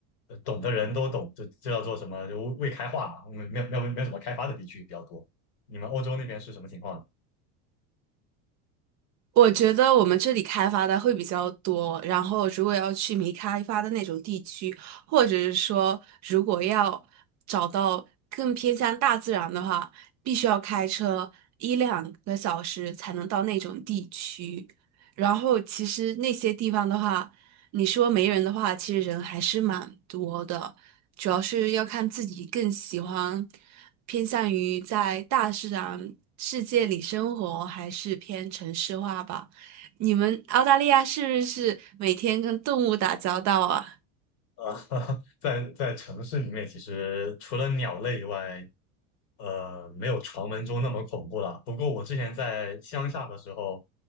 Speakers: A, on the left; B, on the right.
A: 呃懂的人都懂，这这叫做什么？就未开化嘛，没有没有没有什么开发的地区比较多。你们欧洲那边是什么情况呢？
B: 我觉得我们这里开发的会比较多，然后如果要去没开发的那种地区，或者是说如果要找到更偏向大自然的话，必须要开车一两个小时才能到那种地区。然后其实那些地方的话，你说没人的话，其实人还是蛮多的，主要是要看自己更喜欢。偏向于在大自然世界里生活，还是偏城市化吧？你们澳大利亚是不是每天跟动物打交道啊？
A: 呃，<laughs> 在在城市里面，其实除了鸟类以外，呃，没有传闻中那么恐怖了。不过我之前在乡下的时候，